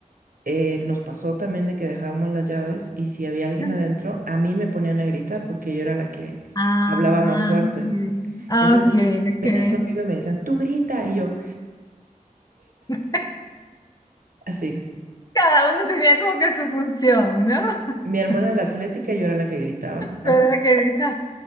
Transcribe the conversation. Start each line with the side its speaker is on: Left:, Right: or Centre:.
Right: eh, nos pasó también de que dejábamos las llaves y si había alguien
Left: viva.
Right: adentro, a mí me ponían a gritar porque yo era la que
Left: Ah,
Right: hablaba más fuerte.
Left: sí. Ah,
Right: Entonces
Left: ok, ok.
Right: venían conmigo y me decían, tú grita. Y yo,
Left: <laughs>
Right: así.
Left: Cada uno tenía como que su función, ¿no? <laughs>
Right: Mi hermana la atlética, yo era la que gritaba.
Left: Pero
Right: Ajá.
Left: que dices,